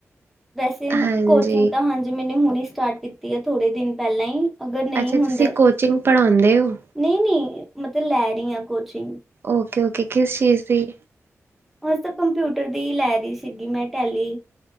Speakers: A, in the centre; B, on the right (about 45°).
A: ਵੈਸੇ
B: ਹਾਂਜੀ
A: ਕੋਚਿੰਗ ਤਾਂ ਹਾਂਜੀ, ਮੈਨ ਹੁਣ ਸਟਾਰਟ ਕੀਤੀ ਆ, ਥੋੜੇ ਦਿਨ ਪਹਿਲਾਂ ਹੀ। ਅਗਰ ਨਹੀਂ
B: ਅੱਛਾ,
A: ਹੁੰਦਾ
B: ਤੁਸੀਂ ਕੋਚਿੰਗ ਪੜ੍ਹਾਉਂਦੇ ਹੋ।
A: ਨਹੀਂ -ਨਹੀਂ ਮਤਲਬ ਲੈ ਰਹੀ ਹਾਂ ਕੋਚਿੰਗ।
B: ਓਕੇ -ਓਕੇ ਕਿਸ ਚੀਜ਼ ਦੀ।
A: ਹੁਨ, ਤਾਂ ਕੰਪਿਊਟਰ ਦੀ ਹੀ ਲੈ ਰਹੀ ਸੀਗੀ, ਮੈਂ ਟਹਿਲੀ।